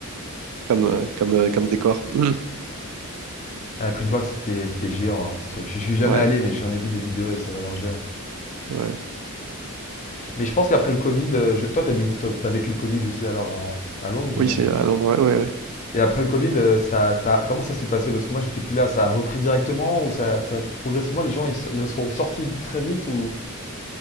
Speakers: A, on the right (about 80°); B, on the left (about 35°).
A: comme, euh, comme, euh, comme décor. Mm.
B: J'avais pris une fois que c'était c'était géant hein, ce truc. Je suis jamais
A: Ouais,
B: allé, mais j'en ai vu des vidéos et ça va l'air géant.
A: ouais.
B: Mais je pense qu'après le Covid, euh, je- toi t'as dû, t'as t'as vécu le Covid aussi alors à, à Londres, j'imagine.
A: Oui, c'est à Londres, ouais, ouais, ouais.
B: Et après le Covid, euh, ça, ça, comment ça s'est passé? Parce que moi j'étais plus là, ça a repris directement ou ça, ça progressivement les gens ils, s- ils sont sortis très vite ou?